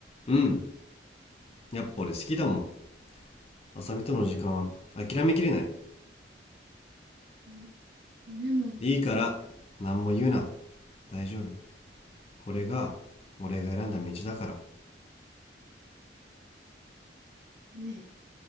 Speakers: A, on the left (about 35°); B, on the right (about 60°).
A: うん。やっぱ俺好きだもん。あさみとの時間、諦めきれない。
B: うんでも
A: いいから、何も言うな。大丈夫。これが、俺が選んだ道だから。
B: ね、